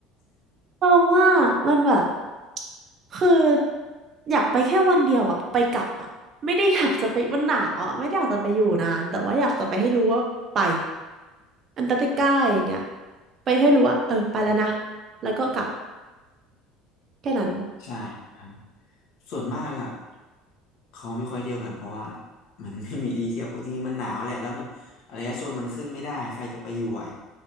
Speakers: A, on the right (about 35°); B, on the left (about 60°).
A: ต้องว่ามันแบบคืออยากไปแค่วันเดียวอะไปกลับอะไม่ได้อยากจะไปมันหนาวอะไม่ได้อยากจะไปอยู่นานแต่ว่าอยากจะไปให้รู้ว่าไปอันตาร์กติกาอย่างเงี้ยไปให้รู้ว่าเออไปแล้วนะ
B: <laughs>
A: แล้วก็กลับแค่นั้น
B: ใช่ครับส่วนมากอ่ะเขาไม่ค่อยเที่ยวกันเพราะว่ามันไม่มีที่เที่ยวเพราะจริงๆมันหนาวแหละแล้วมันอารยชนมันขึ้นไม่ได้ใครจะไปอยู่ไหว